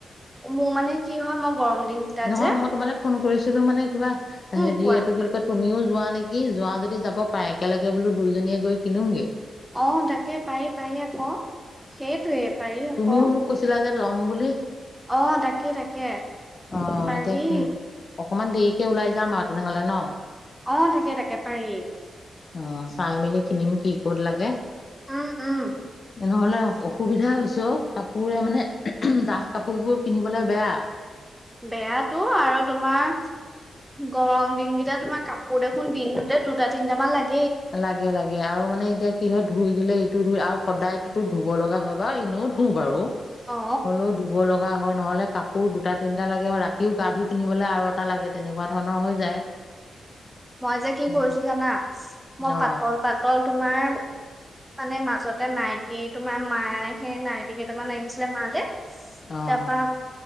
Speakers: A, in the centre; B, on the left (about 40°).
A: মোৰ মানে কি হয় মই গৰম দিন কেইটাত
B: নহয়
A: যে
B: মই তোমালৈ ফোন কৰিছিলো মানে কিবা
A: উম
B: হেৰি
A: কোৱা
B: এইটো কি বুলি কয় তুমিও যোৱা নেকি যোৱা যদি যাব পাৰে একেলগে বোলো দুইজনীয়ে গৈ কিনো গে
A: অঁ! তাকে পাৰি পাৰি আকৌ, সেইটোৱে পাৰি আকৌ।
B: তুমিও মোক কৈছিলা ল'ম বুলি।
A: অ' তাকেই তাকে
B: অ
A: পাৰি।
B: এতিয়া অকমান দেৰিকে ওলাই যাম আৰু তেনেহ'লে ন'।
A: অ' তাকে তাকে পাৰি।
B: অ' চাই মেলি কিনিম কি, ক'ত লাগে।
A: উম উম
B: তেনেহ'লে অসুবিধা হৈছে অ'! কাপোৰে মানে, ডাঠ কাপোৰবোৰ পিন্ধিবলৈ বেয়া।
A: বেয়াটো আৰু তোমাৰ, গৰম দিনকেইটা তোমাৰ কাপোৰ দেখোন দিনটোতে দুটা তিনটামান লাগে।
B: লাগে লাগে আৰু মানে এতিয়া কি হয় ধুই দিলে ইটো ধুই আৰু সদায়টোতো ধুব লগা হয় বাও এনেও ধুওঁ বাৰু।
A: অ
B: হ'লেও ধুব লগা হয়। নহ'লে কাপোৰ দুটা তিনটা লাগে অ' ৰাতি। ৰাতিও গা ধুই পিন্ধিবলৈ আৰু এটা লাগে তেনেকুৱা ধৰণৰ হৈ যায়।
A: মই যে কি
B: সেইটো
A: কৰিছোঁ জানা! মই পাতল
B: অ
A: পাতল তোমাৰ মানে, মাজতে নাইটি, তোমাৰ মায়ে সেই নাইটি কেইটামান আনিছিলে মালে।
B: অঁ!
A: তাৰপা